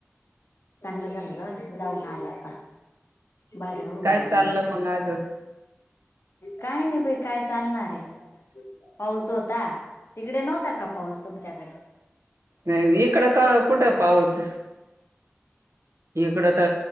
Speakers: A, on the left; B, on the right.
A: चांगलं झालं जाऊद्या जाऊन आला आता, भारी होऊन
B: काय
A: गेलं
B: चाललं
A: उलट.
B: मग अजून
A: काही नाही बई काय चालणार आहे? पाऊस होता. तिकडे नव्हता का पाऊस तुमच्याकडे?
B: नाही इकडं का कुठं पाऊस इकडं तर